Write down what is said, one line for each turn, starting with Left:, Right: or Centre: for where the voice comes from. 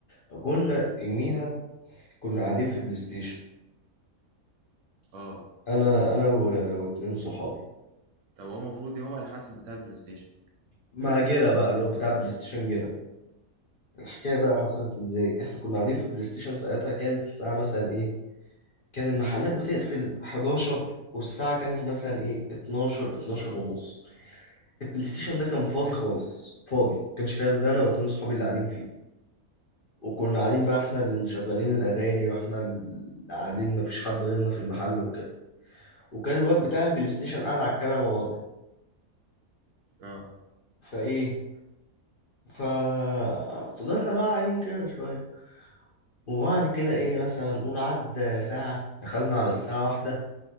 Left: فكنا يوميها كنا قاعدين في بلاي ستيشن
Right: اه
Left: انا انا و- واتنين صحابي
Right: طب هو المفروض هو يحاسب بتاع البلاي ستيشن
Left: مع جيرة بقى اللي هو بتاع بلاي ستيشن جيرة الحكاية بقى حصلت ازاي احنا كنا قاعدين في البلاي ستيشن ساعتها كانت الساعة مثلا ايه كان المحلات بتقفل 11 والساعة كانت مثلا ايه 12 12 ونص البلاي ستيشن ده كان فاضي خالص فاضي ما كانش فيها الا انا واتنين صحابي اللي قاعدين فيه وكنا قاعدين بقى احنا اللي مشغلين الاغاني واحنا اللي قاعدين مفيش حد غيرنا في المحل وكده وكان الواد بتاع البلاي ستيشن قاعد على الكنبة بره
Right: اه
Left: فايه ف فضلنا بقى قاعدين كده شوية وبعد كده ايه مثلا نقول عدى ساعة دخلنا على الساعة واحدة